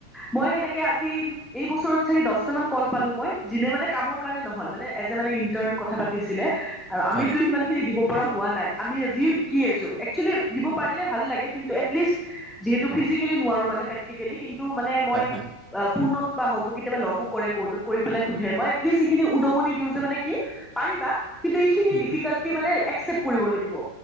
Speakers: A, in the centre; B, on the right (about 30°).
A: মই সেনেকে আজি- এই বছৰত চাগে দহটামান কল পালো মই, যোনে মানে কামৰ কাৰণে নহয়, মানে এজ এ মানে ইণ্টাৰ্ণ কথা পাতিছিলে। আৰু আমিতো
B: হয়,
A: সিমান খিনি দিব পৰা হোৱা নাই। আমি আজিও শিকি আছো, এক্সুৱেলি দিব- পাৰিলে ভাল লাগে, কিন্তু এটলিষ্ট যিহেতু ফিজিকেলি নোৱাৰো। মানে প্ৰেক্টিকেলি কিন্তু মানে মই
B: হয়, হয়।
A: ফোনত বা হওঁক বা কেতিয়াবা লগো কৰে কৰ্টত, কৰি পেলাই সুধে মই এটলিষ্ট সেইখিনি উদ্দগনি দিওঁ যে মানে কি পাৰিবা। কিন্তু এইখিনি
B: হুম,
A: ডিফিকাল্টি
B: হুম।
A: মানে এক্সেপ্ট কৰিব লাগিব।